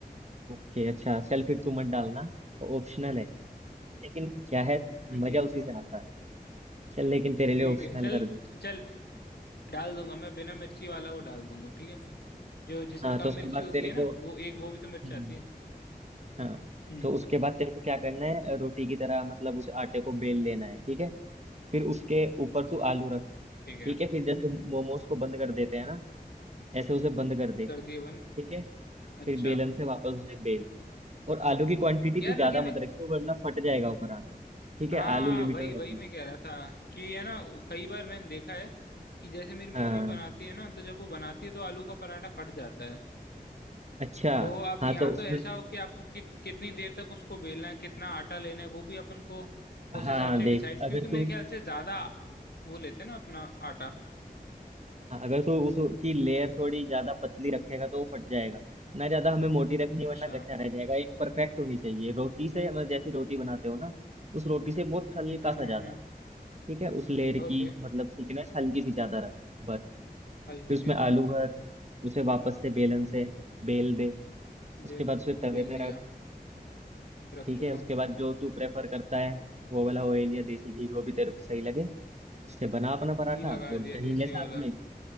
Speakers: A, on the right; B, on the left.
A: ओके अच्छा चल फिर तू मत डालना ऑप्शनल है लेकिन क्या है
B: हाँ ये
A: मजा उसी
B: ही ना
A: से
B: भाई
A: आता है चल लेकिन तेरे लिए
B: ठीक
A: ऑप्शनल
B: है चल
A: कर दूं
B: चल डाल दूंगा मैं बिना मिर्ची वाला वो डाल दूंगा ठीक है जो जिसमें
A: हाँ
B: कम
A: तो उसके
B: मिर्ची
A: बाद
B: होती
A: तेरे
B: है
A: को
B: ना वो एक वो भी तो
A: हम्म
B: मिर्च आती है
A: हाँ
B: हम्म
A: तो उसके बाद तेरे को क्या करना है रोटी की तरह मतलब उस आटे को बेल लेना है ठीक है फिर उसके ऊपर तू आलू रख
B: ठीक है
A: ठीक है फिर जैसे मोमोज को बंद कर देते हैं ना ऐसे उसे बंद कर दे
B: कर दिए बंद
A: ठीक है फिर
B: अच्छा
A: बेलन से वापस उसे बेल और आलू की क्वांटिटी
B: यार
A: तू ज्यादा
B: लेकिन
A: मत रखियो वरना फट जाएगा ऊपर आटा ठीक
B: हाँ
A: है आलू लिमिट
B: वही
A: में रखना
B: वही मैं कह रहा था कि है ना कई बार मैंने देखा है कि जैसे मेरी मम्मी
A: हाँ
B: बनाती है ना तो जब वो बनाती है तो आलू का पराठा फट जाता है
A: अच्छा
B: तो अब
A: हाँ
B: यहाँ
A: तो उसमें
B: तो ऐसा हो कि आपको कि, कितनी देर तक उसको बेलना है कितना आटा लेना है वो भी अपन को उस
A: हाँ
B: हिसाब से
A: देख
B: डिसाइड क्योंकि
A: अगर
B: मेरे
A: तू
B: ख्याल से ज्यादा वो लेते हैं ना अपना आटा
A: हाँ, अगर तू उसकी लेयर थोड़ी ज्यादा पतली रखेगा तो वो फट जाएगा ना ज्यादा हमें मोटी रखनी
B: अच्छा
A: है, वरना कच्चा रह जाएगा एक परफेक्ट होनी चाहिए रोटी से मतलब जैसी रोटी बनाते हो ना उस रोटी से बहुत हल्का
B: हम्म हम्म
A: सा
B: हम्म
A: ज्यादा
B: हम्म
A: ठीक है उस लेयर की
B: ओके
A: मतलब थिकनेस हल्की सी ज्यादा रख बस
B: हल्की
A: फिर उसमें
B: सी ज्यादा
A: आलू भर उसे वापस से बेलन से बेल दे उसके
B: बेल
A: बाद उसे तवे
B: बेल
A: पे
B: दिया
A: रख
B: रख
A: ठीक
B: चुका
A: है उसके
B: हूँ
A: बाद जो तू प्रेफर करता है वो वाला ऑयल या देसी घी जो भी तेरे को सही लगे उससे बना अपना पराठा
B: घी लगा
A: और दही
B: दिया देसी
A: ले साथ
B: वाला
A: में